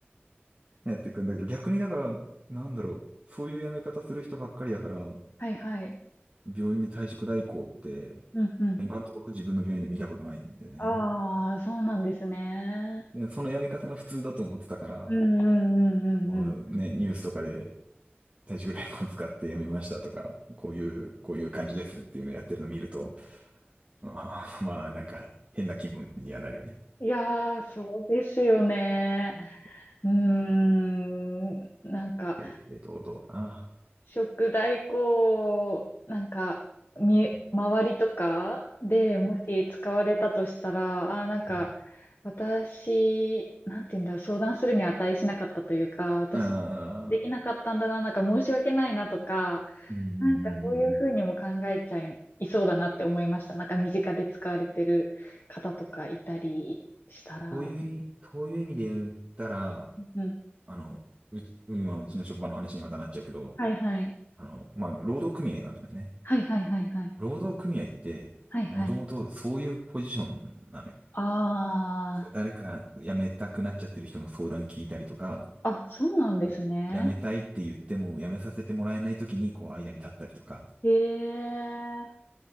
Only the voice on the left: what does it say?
はいはい。
うんうん。
ああ、そうなんですね。
うんうんうんうんうん。
いやー、そうですよね。
うーん、なんか、
食代行、なんか、み、
周りとかでもし使われたとしたら、あー、なんか、
私、なんて言うんだろう、相談するに値しなかったというか、私、
できなかったんだな、なんか申し訳ないなとか、
なんかそういうふうにも考えちゃいそうだなって思いました。
なんか身近で使われてる方とかいたりしたら。
うん。
はいはい。
はいはいはいはい。
はいはい。
あ
あ。あ、そうなんですね。
へえ。